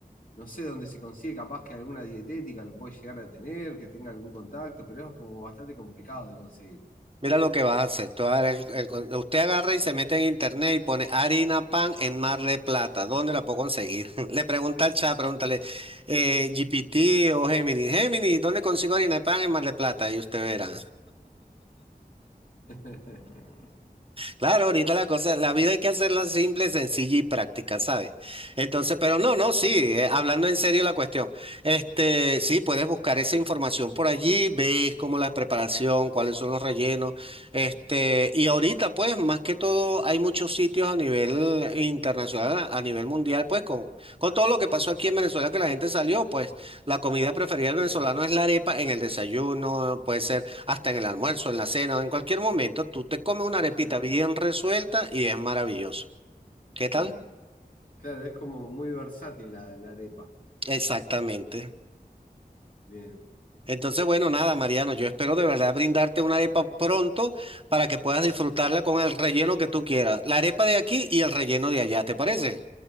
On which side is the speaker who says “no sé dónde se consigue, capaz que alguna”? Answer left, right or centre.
Left